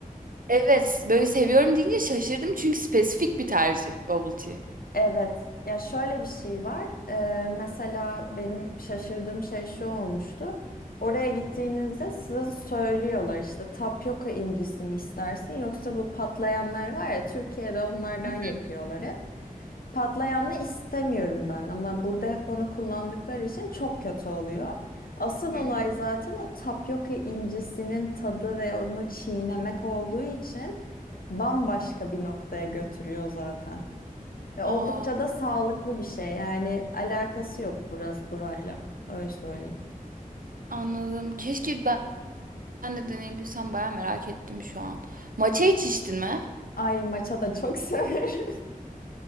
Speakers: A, on the right; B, on the left.
A: evet böyle seviyorum deyince şaşırdım çünkü spesifik bir tercih bubble tea.
B: Evet. Ya şöyle bir şey var. Ee, mesela benim şaşırdığım şey şu olmuştu. Oraya gittiğinizde size söylüyorlar işte tapyoka incisi mi istersin yoksa bu patlayanlar var ya Türkiye'de onlardan
A: Hı
B: yapıyorlar hep. Patlayanı istemiyorum ben ama burada hep onu kullandıkları için çok kötü oluyor. Asıl
A: hı.
B: olay zaten o tapyoka incisinin tadı ve onu çiğnemek olduğu için bambaşka bir noktaya götürüyor zaten. Ve oldukça
A: Aa,
B: da sağlıklı bir şey. Yani alakası yok burası burayla. Öyle söyleyeyim.
A: anladım. Keşke ben, ben de deneyebilsem bayağı merak ettim şu an. Matcha hiç içtin mi?
B: Ay maça da çok <laughs> severim.